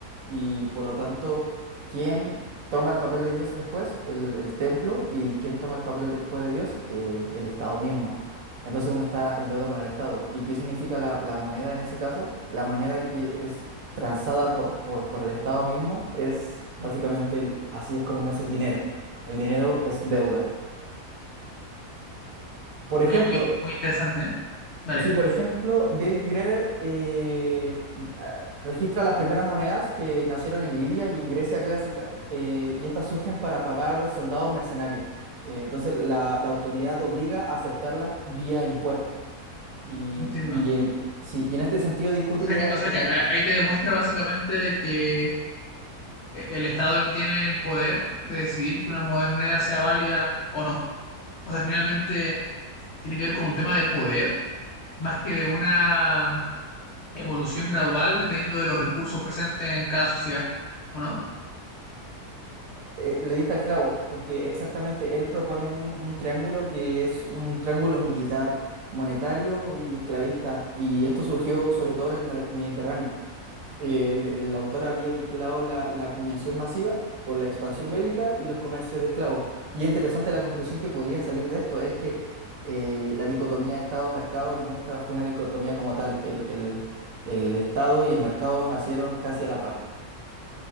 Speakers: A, on the right (about 65°); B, on the left (about 60°).
A: y por lo tanto, ¿quién toma el papel de Dios después? El, el templo y ¿quién toma el papel después de Dios? Eh, el Estado mismo. Entonces uno está en deuda con el Estado. ¿Y qué significa la, la moneda en ese caso? La moneda que es transada por, por, por el Estado mismo es básicamente el- así es como nace el dinero. El dinero es deuda. Por
B: Oye,
A: ejemplo,
B: muy, muy interesante, ¿eh? Vale,
A: Sí, por ejemplo, David Greber eh, ah, registra las primeras monedas que nacieron en Lidia y en Grecia clásica, eh, y estas surgen para pagar soldados mercenarios. Eh, entonces, la, la autoridad obliga a aceptarlas vía impuestos. Y,
B: entiendo.
A: y en, sí, y en este sentido discute
B: O sea
A: la idea
B: que, o
A: de
B: sea
A: que
B: que
A: el mercado
B: a- ahí te demuestra básicamente de que eh, el Estado es el que tiene el poder de decidir que una moneda sea válida o no. O sea, finalmente tiene que ver con un tema de poder más que de una evolución gradual dependiendo de los recursos presentes en cada sociedad, ¿o no?
A: eh, le dista al clavo, porque exactamente él propone un, un triángulo que es un triángulo militar, monetario y esclavista, y esto surgió sobre todo en el Mer- Mediterráneo. eh, el autor había vinculado la, la acuñación masiva con la expansión bélica y los comercios de esclavos. Y es interesante la conclusión que podría salir de esto, es que eh, la dicotomía Estado-mercado nunca fue una dicotomía como tal. El, el, el Estado y el mercado nacieron casi a la par.